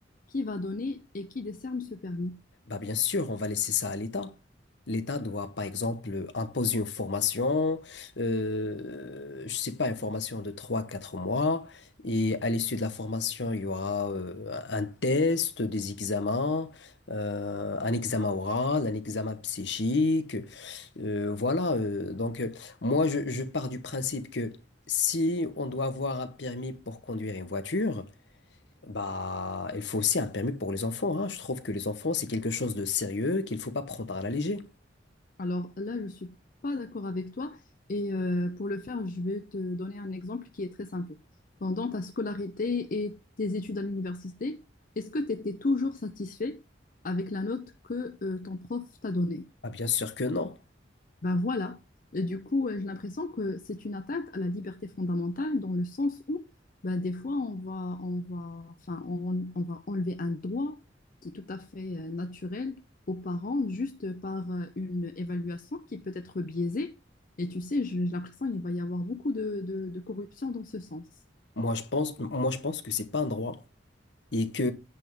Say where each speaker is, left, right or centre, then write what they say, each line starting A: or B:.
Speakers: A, on the left; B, on the left.
A: qui va donner et qui décerne ce permis?
B: Bah bien sûr, on va laisser ça à l'État. L'État doit, par exemple, imposer une formation, euh, je sais pas, une formation de trois quatre mois, et à l'issue de la formation, il y aura euh, un test, des examens, euh, un examen oral, un examen psychique, euh, voilà. euh, donc, euh, moi, je, je pars du principe que si on doit avoir un permis pour conduire une voiture, bah, il faut aussi un permis pour les enfants, hein. Je trouve que les enfants, c'est quelque chose de sérieux qu'il ne faut pas prendre à la légère.
A: Alors là, je suis pas d'accord avec toi et euh, pour le faire, je vais te donner un exemple qui est très simple. Pendant ta scolarité et tes études à l'université, est-ce que tu étais toujours satisfait avec la note que euh, ton prof t'a donnée?
B: Ah, bien sûr que non.
A: Ben voilà. Et du coup, euh, j'ai l'impression que c'est une atteinte à la liberté fondamentale dans le sens où, ben, des fois, on va, on va, enfin, on, on va enlever un droit qui est tout à fait euh, naturel aux parents juste par euh, une évaluation qui peut être biaisée. Et tu sais, j'ai j'ai l'impression qu'il va y avoir beaucoup de, de- de corruption dans ce sens.
B: Moi, je pense, moi, je pense que c'est pas un droit. Et que